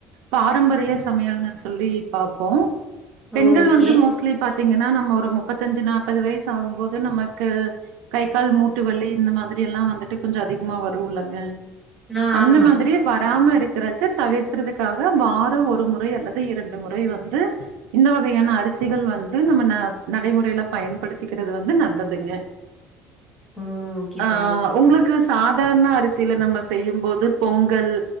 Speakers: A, on the right (about 80°); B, in the centre.
A: பாரம்பரிய சமையல்ன்னு சொல்லி பாப்போ பெண்கள்
B: ஓகே
A: வந்து மோஸ்ட்லி பாத்தீங்கன்னா நம்ம ஒரு முப்பத்தஞ்சி நாப்பது வயசு ஆகும் போது நமக்கு கை கால் மூட்டு வலி இந்த மாரி எல்லா வந்துட்டு கொஞ்சோ அதிகமா வரு இல்லங்க
B: ஆ
A: அந்த
B: ஆமா
A: மாதிரி வராம இருக்குறக்கு தவிர்க்கறதுக்காக வாரோ ஒரு முறை அல்லது இரண்டு முறை வந்து இந்த வகையான அரிசிகள் வந்து நம்ம ந நடைமுறையில பயன்படுத்திக்கிறது வந்து நல்லதுங்க
B: ஓ ஓகே
A: ஆ
B: தோழி ஓகே
A: உங்களுக்கு
B: தோழி
A: சாதாரண அரிசியில நம்ம செய்யும்போது பொங்கல்